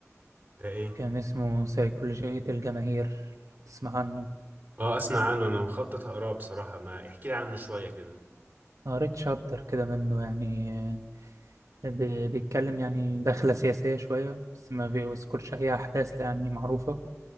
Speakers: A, on the right; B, on the right.
A: ده ايه
B: كان اسمه سيكولوجية الجماهير لو تسمع عنه
A: اه اسمع عنه انا مخطط اقراه بصراحه ما احكي لي عنه شويه كده
B: قريت شابتر كده منه يعني آه، بي- بيتكلم يعني دخلة سياسية شوية بس ما بيذكرش أي أحداث يعني معروفة